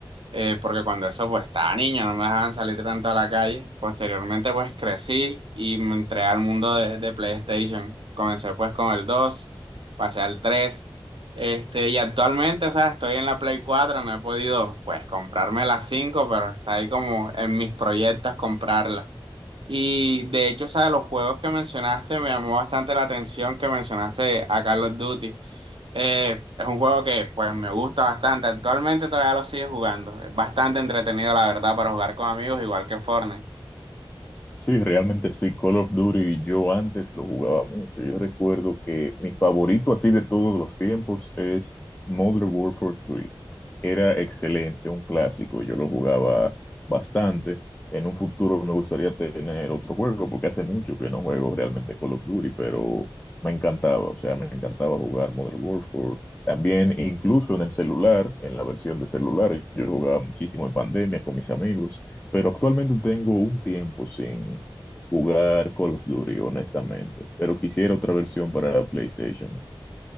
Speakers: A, on the right; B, on the left.
A: eh, porque cuando eso pues estaba niño, no me dejaban salir tanto a la calle. Posteriormente pues crecí y me entré al mundo de, de PlayStation. Comencé pues con el dos pasé al tres este, y actualmente, o sea, estoy en la Play cuatro no he podido pues comprarme la cinco pero está ahí como en mis proyectos comprarla. Y de hecho, ¿sabes? Los juegos que mencionaste me llamó bastante la atención que mencionaste a Call of Duty. Eh, es un juego que pues me gusta bastante. Actualmente todavía lo sigue jugando. Es bastante entretenido, la verdad, para jugar con amigos, igual que Fortnite.
B: Sí, realmente sí, Call of Duty yo antes lo jugaba mucho. Yo recuerdo que mi favorito así de todos los tiempos es Modern Warfare 3. Era excelente, un clásico, yo lo jugaba bastante. En un futuro me gustaría tener otro juego, porque hace mucho que no juego realmente Call of Duty, pero me encantaba, o sea, me encantaba jugar Modern Warfare. También incluso en el celular, en la versión de celular, yo jugaba muchísimo en pandemia con mis amigos pero actualmente tengo un tiempo sin jugar Call of Duty, honestamente. Pero quisiera otra versión para PlayStation.